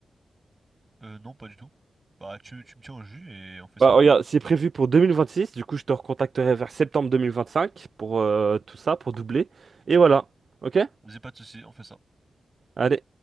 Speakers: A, on the right (about 20°); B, on the right (about 50°).
A: Euh, non, pas du tout. Bah, tu, tu me tiens au jus et on fait ça
B: Bah,
A: en
B: regarde,
A: bien.
B: c'est prévu pour 2026, du coup je te recontacterai vers septembre 2025 pour euh, tout ça, pour doubler. Et voilà, ok?
A: Vas-y, pas de soucis, on fait ça.
B: Allez.